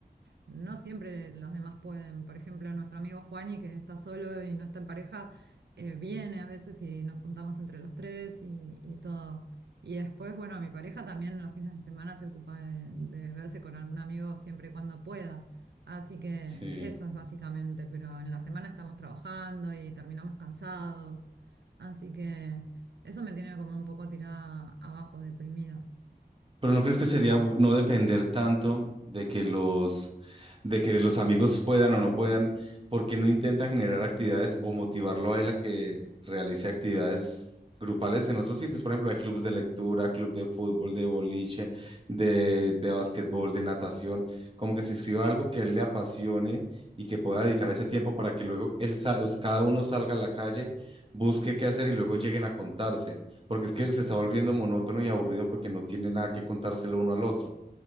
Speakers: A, on the right; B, on the right.
A: no siempre los demás pueden. Por ejemplo, nuestro amigo Juani, que está solo y no está en pareja, eh, viene a veces y nos juntamos entre los tres y, y todo. Y después, bueno, mi pareja también los fines de semana se ocupa de, de verse con algún amigo siempre y cuando pueda. Así que
B: Sí.
A: eso es básicamente, pero en la semana estamos trabajando y terminamos cansados. Así que eso me tiene como un poco tirada abajo, deprimida.
B: Pero ¿no crees que sería bu- no depender tanto de que los, de que los amigos puedan o no puedan, porque no intentan generar actividades o motivarlo a él a que realice actividades grupales en otros sitios? Por ejemplo, hay clubes de lectura, club de fútbol, de boliche, de, de básquetbol, de natación, como que se inscriba a algo que a él le apasione y que pueda dedicar ese tiempo para que luego él, sa- cada uno salga a la calle, busque qué hacer y luego lleguen a contarse porque es que se está volviendo monótono y aburrido porque no tiene nada que contárselo uno al otro.